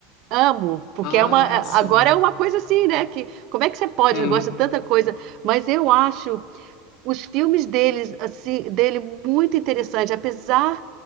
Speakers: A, on the right (about 55°); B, on the left (about 55°).
A: Amo, porque
B: Ah,
A: é uma, é,
B: sim.
A: agora é uma coisa assim, né? Que, como é que você pode,
B: Uhum.
A: gosta de tanta coisa, mas eu acho os filmes deles, assim, dele muito interessante, apesar